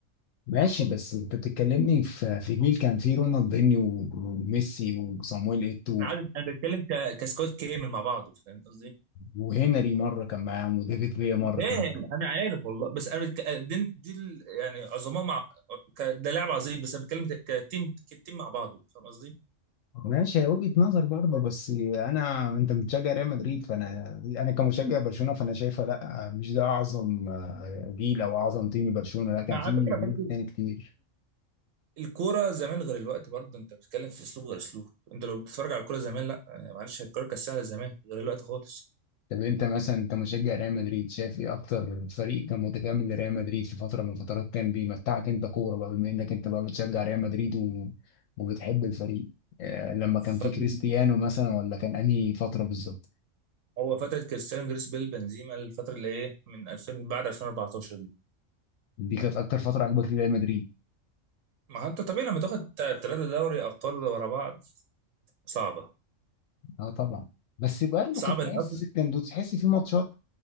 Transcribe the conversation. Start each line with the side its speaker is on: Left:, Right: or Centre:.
Left: ماشي بس انت بتتكلمني في في جيل كان فيه رونالدينيو وميسي وصامويل ايتو
Right: انا عارف انا بتكلم ك... كسكواد كامل مع بعضه فاهم قصدي؟
Left: وهنري مره كان معاهم وديفيد فيا مره
Right: فاهم
Left: كان معاهم
Right: انا عارف والله بس انا بتك... دي, دي ال- يعني عظماء مع ك... ده لاعب عظيم بس انا بتكلم كتيم كتيم مع بعضه فاهم قصدي؟
Left: ماشي هي وجهه نظر برضه بس انا انت بتشجع ريال مدريد فانا انا كمشجع برشلونه فانا شايفه لا مش ده اعظم آه، جيل او اعظم تيم برشلونه لا كان
Right: مع-
Left: فيه
Right: على فكره
Left: جيل
Right: برضه
Left: تاني كتير
Right: الكوره زمان غير الوقت برضه انت بتتكلم في اسلوب غير اسلوب انت لو بتتفرج على الكوره زمان لا آه، معلش الكوره كانت سهله زمان غير الوقت خالص
Left: طب انت مثلا انت مشجع ريال مدريد شايف ايه اكتر فريق كان متكامل لريال مدريد في فتره من الفترات كان بيمتعك انت كوره بقى بما انك انت بقى بتشجع ريال مدريد و... وبتحب الفريق آه لما كان
Right: فترة
Left: في كريستيانو مثلا ولا كان انهي فتره بالظبط
Right: هو فتره كريستيانو جريس بيل بنزيما الفتره اللي ايه من 2000 بعد 2014 دي
Left: دي كانت اكتر فتره عجبك لريال مدريد
Right: ما هو انت طبيعي لما تاخد ثلاثه دوري ابطال ورا بعض صعبه
Left: اه طبعا بس برضه
Right: صعبه
Left: كنت تحس
Right: ان أفريقيا
Left: كان دو- تحس في ماتشات